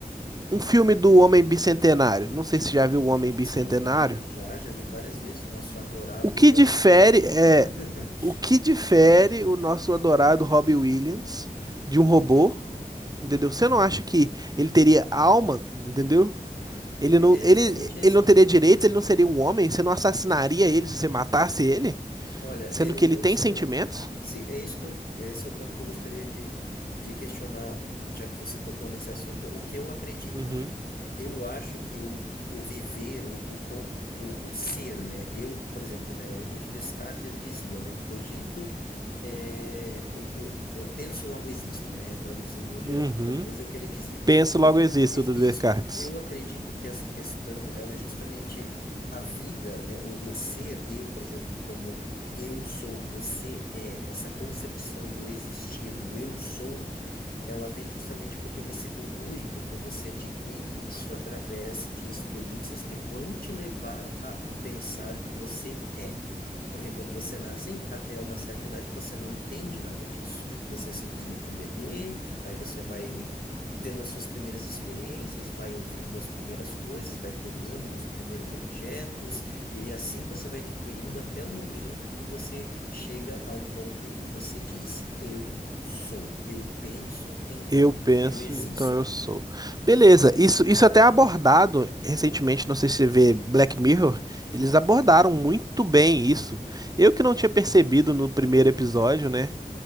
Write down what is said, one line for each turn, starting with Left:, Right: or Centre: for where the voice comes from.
Right: um filme do Homem Bicentenário. Não sei se já viu o Homem Bicentenário.
Left: sim, já, já vi várias vezes o nosso adorado
Right: O que
Left: Robin
Right: difere
Left: Williams.
Right: é
Left: <laughs>
Right: o que difere o nosso adorado Robbie Williams de um robô, entendeu? Você não acha que ele teria alma, entendeu?
Left: Uhum.
Right: Ele
Left: É,
Right: não,
Left: é
Right: ele,
Left: justamente esse
Right: ele não
Left: é
Right: teria
Left: o ponto.
Right: direitos, ele não seria um homem? Você não assassinaria ele se você matasse ele?
Left: Olha,
Right: Sendo
Left: eu,
Right: que ele
Left: é
Right: tem
Left: isso
Right: sentimentos?
Left: que eu, Sim, é isso que eu, esse é o ponto que eu gostaria de, de questionar, já que você tocou nesse assunto, o que eu acredito,
Right: Uhum.
Left: né? Eu acho que o, o viver, o, o, co- o, o ser, né? Eu, por exemplo, né, o que Descartes dizia, né? Cogito, é, é, é, é, penso, logo existo, né? Traduzindo
Right: Uhum.
Left: direto para o português, é o que ele dizia.
Right: Penso
Left: Eu-
Right: logo existo do
Left: Isso,
Right: Descartes.
Left: eu acredito que essa questão, ela é justamente a vida, né? O, o ser, eu, por exemplo, como eu sou, você é, essa concepção do existir, do eu sou, ela vem justamente porque você conclui, porque você adquire isso através de experiências que vão te levar a o pensar que você é. Porque quando você nasce, até uma certa idade, você não entende nada disso. Você é simplesmente um bebê, aí você vai tendo as suas primeiras experiências, vai ouvindo as primeiras coisas, vai pegando nos primeiros objetos, e assim você vai adquirindo até o momento que você chega a um ponto em que você diz: Eu sou, eu penso, então
Right: Eu penso,
Left: eu existo.
Right: então eu sou. Beleza, isso, isso até é abordado recentemente, não sei se você vê Black Mirror, eles abordaram muito bem isso. Eu que não tinha percebido no primeiro episódio, né?